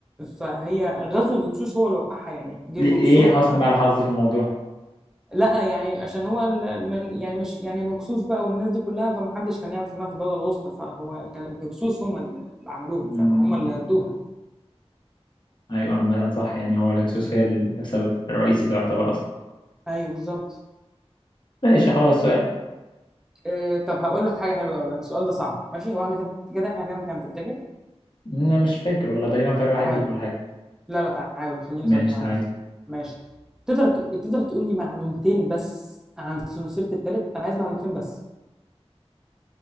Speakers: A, in the centre; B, on the left.
A: فهي غزو الهكسوس هو اللي وقعها يعني جه
B: ليه-
A: الهكسوس
B: إيه حسن
A: بقى
B: بقى الحظ في الموضوع؟
A: لا يعني عشان هو ال- من يعني مش يعني الهكسوس بقى والناس دي كلها فمحدش كان يعرف انها في الدوله الوسطى فهو كان الهكسوس هم اللي عملوها
B: مم.
A: فاهم هم اللي هدوها
B: ايوه عامة صح يعني هو الهكسوس هي السبب الرئيسي تعتبر اصلا
A: ايوه بالظبط
B: ماشي خلاص السؤال
A: إيه طب هقول لك حاجه حلوه قوي السؤال ده صعب ماشي هو احنا كده كده احنا كام كام تفتكر
B: انا مش فاكر والله تقريبا فرق واحد
A: تعادل
B: ليك ولا حاجة
A: لا لا تعادل خليني
B: ماشي
A: صريح معاك
B: تعادل
A: ماشي تقدر تق- تقدر تقول لي معلومتين بس عن سنسيره التالت انا عايز معلومتين بس